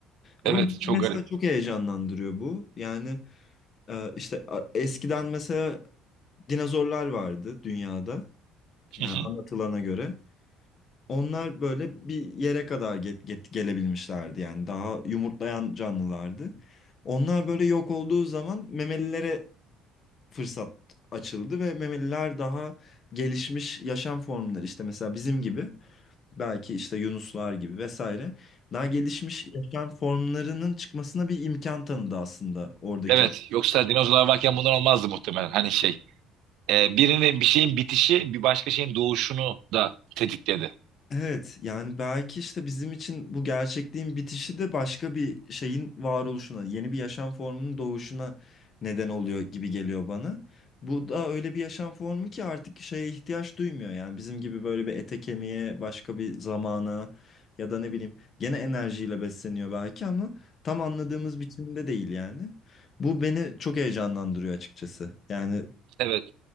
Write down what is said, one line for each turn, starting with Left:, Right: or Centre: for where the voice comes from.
Left: Ama
Right: Evet
Left: bizi
Right: çok
Left: mesela
Right: garip.
Left: çok heyecanlandırıyor bu. Yani e, işte a- eskiden mesela dinozorlar vardı dünyada. Yani
Right: <laughs>
Left: anlatılana göre. Onlar böyle bir yere kadar get, get- gelebilmişlerdi yani daha yumurtlayan canlılardı. Onlar böyle yok olduğu zaman memelilere fırsat açıldı ve memeliler daha gelişmiş yaşam formları işte mesela bizim gibi belki işte yunuslar gibi vesaire daha gelişmiş yaşam formlarının çıkmasına bir imkan tanıdı aslında oradaki.
Right: Evet yoksa dinozorlar varken bunlar olmazdı muhtemelen. Hani şey e, birinin bir şeyin bitişi bir başka şeyin doğuşunu da tetikledi.
Left: Evet yani belki işte bizim için bu gerçekliğin bitişi de başka bir şeyin varoluşuna, yeni bir yaşam formunun doğuşuna neden oluyor gibi geliyor bana. Bu da öyle bir yaşam formu ki artık şeye ihtiyaç duymuyor. Yani bizim gibi böyle bir ete kemiğe, başka bir zamana ya da ne bileyim gene enerjiyle besleniyor belki ama tam anladığımız biçimde değil yani. Bu beni çok heyecanlandırıyor açıkçası. Yani
Right: Evet.